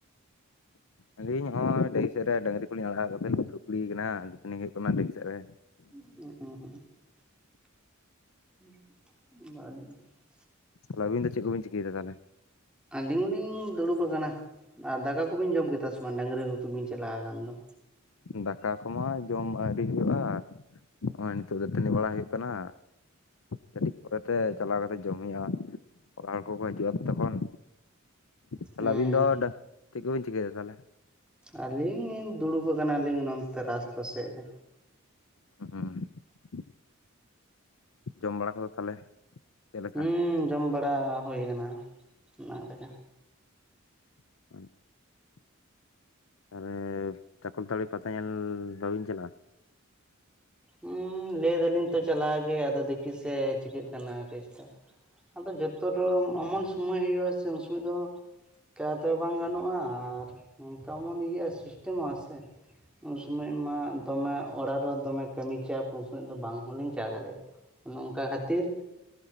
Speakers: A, on the left; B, in the centre.
A: ᱟᱹᱞᱤᱧ ᱱᱚᱜᱼᱚᱭ ᱰᱟᱦᱤᱥᱮ ᱨᱮ ᱰᱟᱝᱨᱤ ᱠᱚᱞᱤᱧ ᱟᱲᱟᱜ ᱠᱟ ᱠᱟᱛᱮᱫᱤ <unintelligible> ᱠᱟᱱᱟ ᱫᱟᱹᱛᱟᱹᱱᱤ ᱦᱩᱭᱩᱜ ᱠᱟᱱᱟ ᱰᱮᱢ ᱥᱮᱫ ᱨᱮ᱾
B: ᱦᱮᱸ <inaudible>
A: ᱛᱟᱦᱞᱮ ᱟᱵᱤᱱ ᱫᱚ ᱪᱮᱫ ᱠᱚᱵᱤᱱ ᱪᱤᱠᱟᱹᱭᱮᱫᱟ ᱛᱟᱦᱚᱞᱮ?
B: ᱟᱹᱞᱤᱧ ᱦᱚᱸᱞᱤᱧ ᱫᱩᱲᱩᱵ ᱟᱠᱟᱱᱟ᱾ ᱟᱨ ᱫᱟᱠᱟ ᱠᱚᱵᱤᱱ ᱡᱚᱢ ᱠᱮᱫᱟ ᱥᱮ ᱵᱟᱝ ᱰᱟᱝᱨᱤ ᱜᱩᱯᱤ ᱵᱤᱱ ᱪᱟᱞᱟᱣ ᱟᱠᱟᱱ ᱫᱚ?
A: ᱫᱟᱠᱟ ᱠᱚᱢᱟ ᱡᱚᱢ ᱟᱹᱣᱨᱤ ᱦᱩᱭᱩᱜᱼᱟ᱾ ᱱᱚᱜᱼᱚᱭ ᱱᱤᱛᱚᱜ ᱫᱟᱹᱛᱟᱹᱱᱤ ᱵᱟᱲᱟᱭ ᱦᱩᱭᱩᱜ ᱠᱟᱱᱟ᱾ ᱠᱟᱹᱴᱤᱡ ᱯᱚᱨᱮᱛᱮ ᱪᱟᱞᱟᱣ ᱠᱟᱛᱮ ᱡᱚᱢ ᱦᱩᱭᱩᱜᱼᱟ᱾ ᱚᱲᱟ ᱦᱚᱲ ᱠᱚᱠᱚ ᱦᱤᱡᱩᱜᱼᱟ ᱛᱚᱠᱷᱚᱱ ᱛᱟᱦᱮ
B: ᱦᱩᱸ
A: ᱟᱹᱵᱤᱱ ᱫᱚ ᱪᱮᱫ ᱠᱚᱵᱤᱱ ᱪᱤᱠᱟᱹᱭ ᱫᱟ ᱛᱟᱦᱚᱞᱮ?
B: ᱟᱹᱞᱤᱧ ᱞᱤᱧ ᱫᱩᱲᱩᱵ ᱟᱠᱟᱱᱟᱞᱤᱧ ᱱᱚᱱᱛᱮ ᱨᱟᱥᱛᱟ ᱥᱮᱫ ᱨᱮ᱾
A: <inaudible> ᱡᱚᱢ ᱵᱟᱲᱟ ᱠᱚᱫᱚ ᱛᱟᱦᱚᱞᱮ ᱪᱮᱫ ᱞᱮᱠᱟ?
B: ᱦᱩᱸ ᱡᱚᱢ ᱵᱟᱲᱟ ᱦᱩᱭ ᱠᱟᱱᱟ ᱚᱱᱟᱝ ᱨᱮᱜᱮ᱾
A: <unintelligible> ᱛᱟᱨᱮ ᱪᱟᱠᱚᱞᱛᱟᱹᱲᱤ ᱯᱟᱛᱟ ᱧᱮᱞ ᱵᱟᱹᱵᱤᱝ ᱪᱟᱞᱟᱜᱼᱟ?
B: ᱦᱩᱸ ᱞᱟᱹᱭ ᱫᱟᱞᱤᱧ ᱛᱚ ᱪᱟᱞᱟᱣ ᱜᱮ ᱟᱫᱚ ᱫᱮᱠᱤ ᱥᱮ ᱪᱤᱠᱟᱹᱜ ᱠᱟᱱᱟ ᱠᱮᱥᱴᱟ᱾ ᱟᱫᱚ ᱡᱚᱛ ᱫᱚ ᱮᱢᱚᱱ ᱥᱚᱢᱚᱭ ᱦᱩᱭᱩᱜᱼᱟ ᱥᱮ ᱩᱱ ᱥᱚᱢᱚᱭ ᱫᱚ ᱪᱮᱠᱟᱛᱮ ᱵᱟᱝ ᱜᱟᱱᱚᱜᱼᱟ ᱟᱨ ᱱᱚᱝᱠᱟᱢᱚᱱ ᱤᱭᱟᱹᱟᱹᱜ ᱥᱤᱥᱴᱮᱢᱚᱜᱼᱟ ᱥᱮ ᱩᱱ ᱥᱚᱢᱚᱭ ᱢᱟ ᱫᱚᱢᱮ ᱚᱲᱟᱜ ᱨᱮ ᱫᱚᱢᱮ ᱠᱟᱹᱢᱤ ᱪᱟᱯ ᱩᱱ ᱥᱚᱢᱚᱭ ᱫᱚ ᱵᱟᱝ ᱦᱚᱸᱞᱤᱧ ᱪᱟ ᱫᱟᱲᱮᱭᱟᱜᱼᱟ, ᱚᱱᱮ ᱚᱱᱠᱟ ᱠᱷᱟᱹᱛᱤᱨ᱾